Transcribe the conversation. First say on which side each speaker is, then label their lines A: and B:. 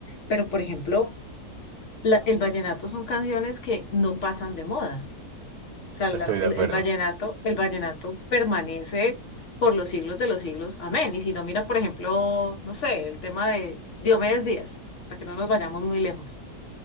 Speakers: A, on the left; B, on the right.
A: pero por ejemplo, la- el vallenato son canciones que no pasan de moda. O sea, la-
B: Estoy
A: el,
B: de acuerdo.
A: el vallenato, el vallenato permanece por los siglos de los siglos. Amén. Y si no, mira, por ejemplo, no sé, el tema de Diomedes Díaz, para que no nos vayamos muy lejos.